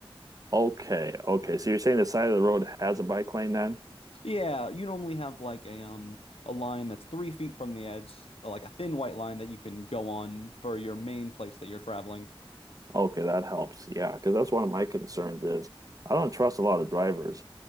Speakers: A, on the right; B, on the left.
A: Okay, okay. So you're saying the side of the road has a bike lane then?
B: Yeah, you normally have like a um a line that's three feet from the edge, like a thin white line that you can go on for your main place that you're traveling.
A: Okay, that helps. Yeah, because that's one of my concerns is I don't trust a lot of drivers,